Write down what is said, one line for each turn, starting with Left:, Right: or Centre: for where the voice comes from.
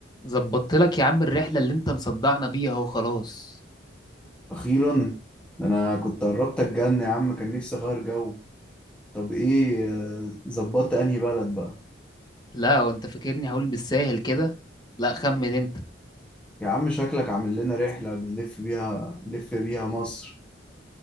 Left: ظبطت لك يا عم الرحلة اللي انت مصدعنا بيها اهو خلاص
Centre: أخيرا ده أنا كنت قربت أتجن يا عم كان نفسي أغير جو طب إيه آه، ظبطت أنهي بلد بقى
Left: لا وانت فاكرني هقول بالساهل كده لا خمن انت
Centre: يا عم شكلك عامل لنا رحلة بنلف بيها نلف بيها مصر